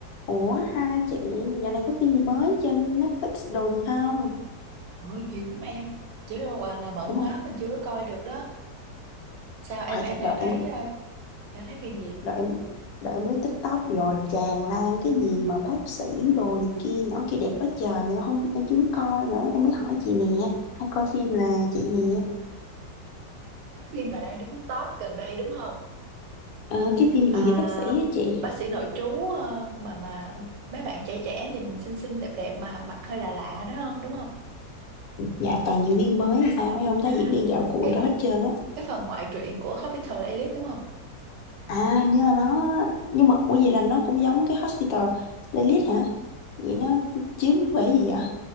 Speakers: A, on the left (about 85°); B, on the right (about 80°).
A: Ủa hai chị Dạo này có phim gì mới trên Netflix đồ gì không
B: Ôi nhiều lắm em Chỉ là, quả là bận
A: Đúng rồi
B: quá mình chưa có coi được đó Sao
A: Ôi,
B: em em
A: Đợi
B: đang thấy
A: em
B: ờ, đang thấy phim gì
A: Đợi em Đợi em lướt TikTok rồi tràn lan cái gì mà bác sĩ đồ này kia Nhỏ kia đẹp quá trời Mà em không em chưa coi nữa Em mới hỏi chị nè Hay coi phim là chị nè
B: Cái phim bà đang đứng top gần đây đúng không
A: Ờ cái phim
B: à,
A: gì về bác sĩ á chị
B: Bác sĩ nội trú ờ, mà mà mấy bạn trẻ trẻ nhìn xinh xinh đẹp đẹp mà mặt hơi lạ lạ đó không đúng không
A: Dạ toàn diễn viên mới hay sao Em không thấy
B: à
A: diễn viên gạo cội
B: cái
A: đó hết trơn á
B: cái phần ngoại truyện của Hospital Playlist đúng không
A: À hình như là nó Nhưng mà ủa vậy là nó cũng giống cái Hospital Playlist hả Vậy nó chiếu về cái gì vậy